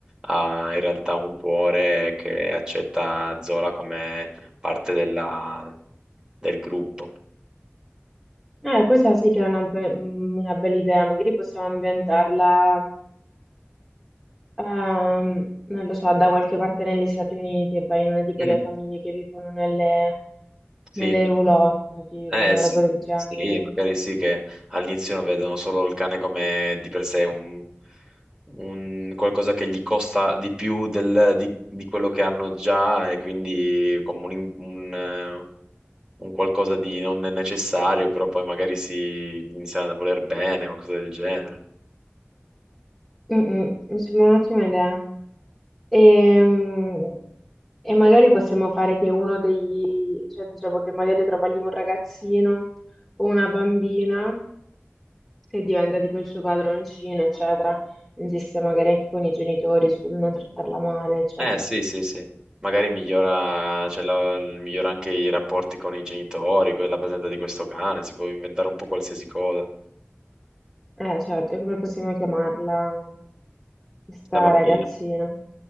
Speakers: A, on the right; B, in the centre.
A: ha in realtà un cuore che accetta Zola come parte della- del gruppo.
B: Eh, questa sì che è una, be- mm, una bella idea, magari possiamo ambientarla Ehm, non lo so, da qualche parte negli Stati Uniti e vai in una di quelle
A: Mm.
B: famiglie che vivono nelle,
A: Sì,
B: nelle
A: nel-
B: roulotte, tipo
A: eh,
B: una
A: sì,
B: roba del genere.
A: sì, magari sì che all'inizio vedono solo il cane come di per sé un, un qualcosa che gli costa di più del- di, di quello che hanno già e quindi come un, un, eh, un qualcosa di non necessario, però poi magari si iniziano a voler bene o qualcosa del genere.
B: Mm, mm, mi sembra un'ottima idea. Ehm, E, magari possiamo fare che uno degli, cioè diciamo che magari trova lì un ragazzino o una bambina che diventa tipo il suo padroncino, eccetera. Insiste magari anche con i genitori sul non trattarla male, eccetera.
A: Eh sì, sì, sì. Magari migliora, cioè, la- migliora anche i rapporti con i genitori, quella presenza di questo cane, si può inventare un po' qualsiasi cosa.
B: Eh, certo, come possiamo chiamarla questa
A: La bambina.
B: ragazzina?